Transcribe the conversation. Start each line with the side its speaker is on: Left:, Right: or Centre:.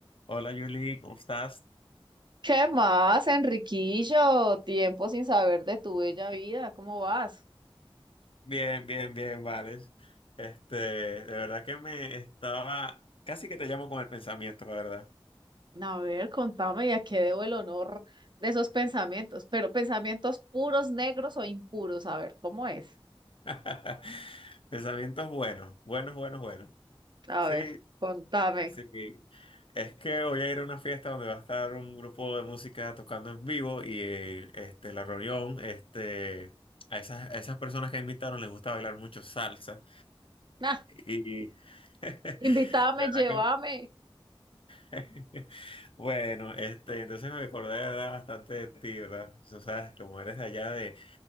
Left: Hola Julie, ¿cómo estás?
Right: ¿Qué más, Enriquillo? Tiempo sin saber de tu bella vida. ¿Cómo vas?
Left: Bien, bien, bien, vale. Este, de verdad que me estaba, casi que te llamo con el pensamiento, la verdad.
Right: A ver, contame, ¿y a qué debo el honor de esos pensamientos? Pero pensamientos puros, negros o impuros. A ver, ¿cómo es?
Left: <laughs> Pensamientos buenos, buenos, buenos, buenos.
Right: A
Left: Sí,
Right: ver, contame.
Left: sí. Es que voy a ir a una fiesta donde va a estar un grupo de música tocando en vivo y eh, este, la reunión, este, a esas, a esas personas que invitaron les gusta bailar mucho salsa.
Right: Nah,
Left: Y <laughs> de verdad
Right: invítame, llévame.
Left: <laughs> Bueno, este, entonces me acordé, ¿verdad? Bastante de ti, ¿verdad? O sea, como eres de allá de,